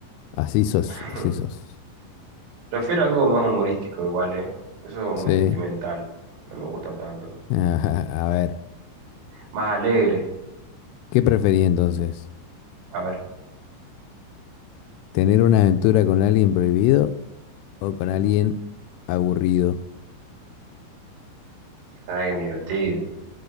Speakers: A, on the left; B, on the right.
A: Así sos,
B: <laughs>
A: así sos.
B: Prefiero algo más humorístico igual, ¿eh? Eso es
A: Sí.
B: muy sentimental. No me gusta tanto.
A: <laughs> A ver.
B: Más alegre.
A: ¿Qué preferí entonces?
B: A ver,
A: ¿Tener una aventura con alguien prohibido o con alguien aburrido?
B: con alguien divertido,